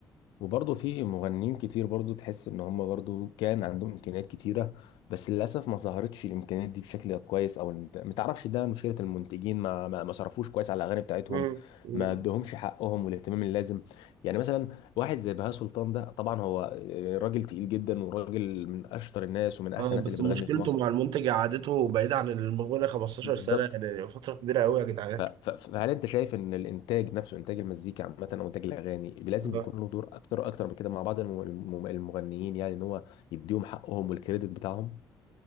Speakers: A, on the left; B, on the right.
A: وبرضه في مغنيين كتير برضه تحس ان هم برضه كان عندهم امكانيات كتيره بس للاسف ما ظهرتش الامكانيات دي بشكل كويس او الم- ما تعرفش ده مشكله المنتجين ما ما ما صرفوش كويس على الاغاني بتاعتهم
B: مم. مم.
A: ما ادوهمش حقهم والاهتمام اللازم يعني مثلا واحد زي بهاء سلطان ده طبعا هو آه، راجل تقيل جدا وراجل من اشطر الناس ومن احسن
B: اه
A: الناس
B: بس
A: اللي بتغني
B: مشكلته
A: في مصر
B: مع المنتج قعدته بعيد عن المغنى 15
A: بالظبط
B: سنة يعني فترة كبيرة قوي يا جدعان
A: ف- ف- فهل انت شايف ان الانتاج نفسه انتاج المزيكا عامه او انتاج الاغاني لازم
B: آه.
A: يكون له دور اكتر اكتر من كده مع بعض الم- الم- المغنيين يعني ان هو يديهم حقهم والكريدت بتاعهم